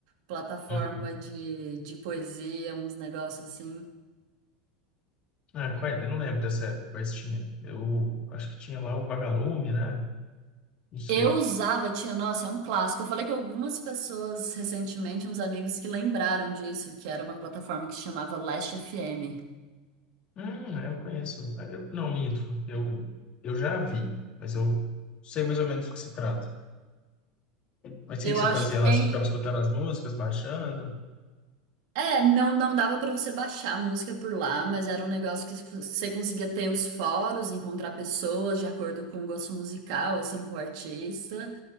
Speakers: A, on the right; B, on the left.
A: plataforma
B: Uhum.
A: de, de poesia, uns negócios assim.
B: Ah, qual é? Eu não lembro dessa época, quais tinha. Eu acho que tinha lá o Vagalume, né? Não sei.
A: Eu usava, tinha, nossa, é um clássico. Eu falei com algumas pessoas recentemente, uns amigos que lembraram disso, que era uma plataforma que se chamava Last FM.
B: Hum, eu conheço. Ah, Eu, não, minto. Eu, eu já vi, mas eu sei mais ou menos do que se trata. Mas o que
A: Eu
B: que você
A: acho
B: fazia
A: que tem,
B: lá? Você ficava escutando as músicas, baixando?
A: É, não, não dava pra você baixar a música por lá, mas era um negócio que você conseguia ter os fóruns, encontrar pessoas de acordo com o gosto musical, assim, com o artista.